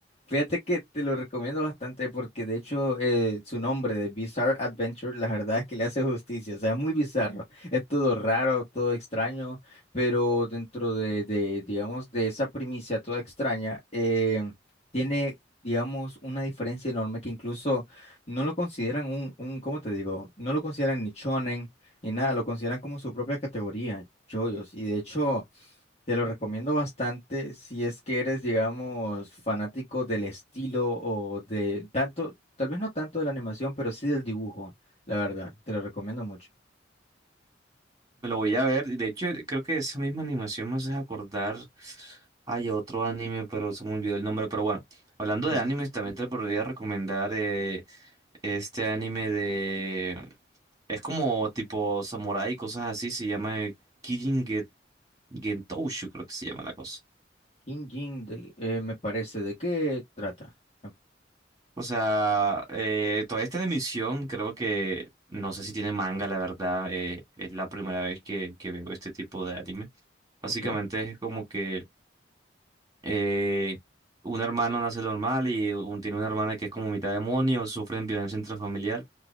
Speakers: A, on the left (about 35°); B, on the right (about 20°).
A: Fíjate que te lo recomiendo bastante porque de hecho eh, su nombre de Bizarre Adventure, la verdad es que le hace justicia, o sea, es muy bizarro, es todo raro, todo extraño, pero dentro de, de digamos, de esa primicia toda extraña, eh, tiene, digamos, una diferencia enorme que incluso no lo consideran un, un, ¿cómo te digo? No lo consideran ni shonen ni nada, lo consideran como su propia categoría, yoyos, y de hecho... Te lo recomiendo bastante si es que eres, digamos, fanático del estilo o de tanto, tal vez no tanto de la animación, pero sí del dibujo, la verdad. Te lo recomiendo mucho.
B: Me lo voy a ver. De hecho, creo que esa misma animación me hace acordar. Hay otro anime, pero se me olvidó el nombre. Pero bueno, hablando
A: Ujú.
B: de animes, también te podría recomendar eh, este anime de. Es como tipo samurai y cosas así. Se llama eh, Kijin Ge- Gentoushu, creo que se llama la cosa.
A: King Jin, de- eh, me parece, ¿de qué trata? O-
B: O sea, eh, todavía está en emisión. Creo que. No sé si tiene manga, la verdad. eh, es la primera vez que, que veo este tipo de anime. Básicamente
A: Ok.
B: es como que. eh, un hermano nace normal y un- tiene una hermana que es como mitad demonio, sufren violencia intrafamiliar